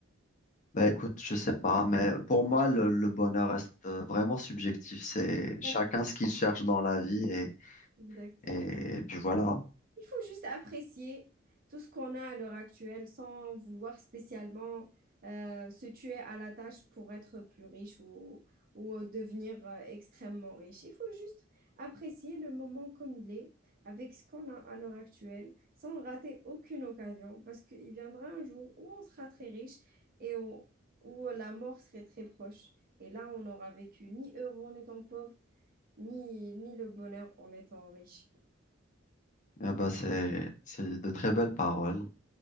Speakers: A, on the left (about 40°); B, on the right (about 45°).
A: Bah écoute, je sais pas, mais pour moi, le, le bonheur reste euh, vraiment subjectif. C'est
B: Exact,
A: chacun ce qu'il cherche dans la vie et,
B: exactement.
A: et, et puis voilà.
B: Il faut juste apprécier tout ce qu'on a à l'heure actuelle sans vouloir spécialement euh, se tuer à la tâche pour être plus riche ou, ou euh, devenir euh, extrêmement riche. Il faut juste apprécier le moment comme il est, avec ce qu'on a à l'heure actuelle, sans rater aucune occasion, parce qu'il viendra un jour où on sera très riche et où, où euh, la mort serait très proche. Et là, on n'aura vécu ni heureux en étant pauvre, ni, ni le bonheur en étant riche.
A: Eh ben c'est, c'est de très belles paroles